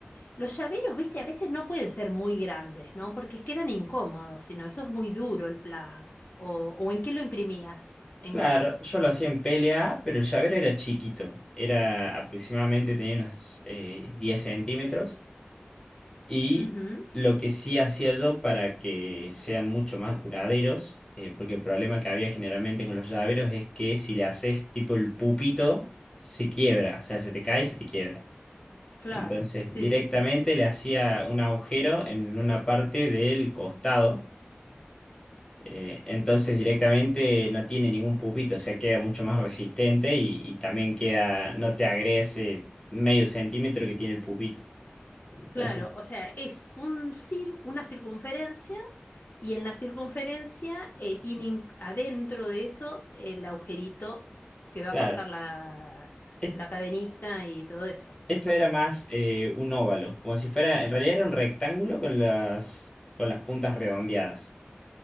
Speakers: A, on the left; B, on the left.
A: los llaveros, viste, a veces no pueden ser muy grandes, ¿no? Porque quedan incómodos, sino eso es muy duro el pla. O, o ¿en qué lo imprimías? En...
B: Claro, yo lo hacía en PLA, pero el llavero era chiquito. Era aproximadamente, tenía unos eh, 10 centímetros. Y
A: Ujú,
B: lo que sí hacía yo para que sean mucho más duraderos, eh, porque el problema que había generalmente con los llaveros es que si le haces tipo el pupito, se quiebra. O sea, se te cae y se te quiebra.
A: claro,
B: Entonces,
A: sí,
B: directamente
A: sí, sí.
B: le hacía un agujero en una parte del costado eh, entonces directamente no tiene ningún pupito, o sea, queda mucho más resistente y, y también queda, no te agrega ese medio centímetro que tiene el pupito. Entonces,
A: Claro, o sea, es un cir- una circunferencia y en la circunferencia eh, tiene in- adentro de eso el agujerito que va
B: claro,
A: a pasar la,
B: es-
A: la cadenita y todo eso.
B: esto era más eh, un óvalo, como si fuera, en realidad era un rectángulo con las, con las puntas redondeadas.